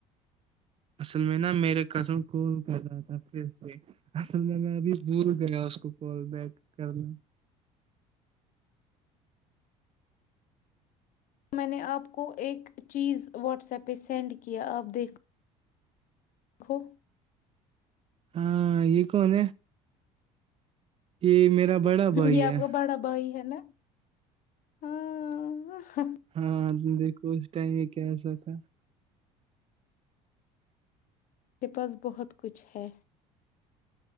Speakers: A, on the right; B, on the left.
A: اصل میں نا میرے کزن کال کر رہا تھا پھر سے اصل میں میں ابھی بھول گیا اس کو کال بیک کرنا
B: میں نے آپ کو ایک چیز واٹس ایپ پہ سینڈ کیا آپ دیکھو خو
A: ہاں یہ کون یہ میرا بڑا بھائی
B: یہ آپ
A: ہے
B: کا بڑا بھائی ہے نا ہاں
A: ہاں دیک اس ٹائم میں کیاسا تھا
B: میرے پاس بہت کچھ ہے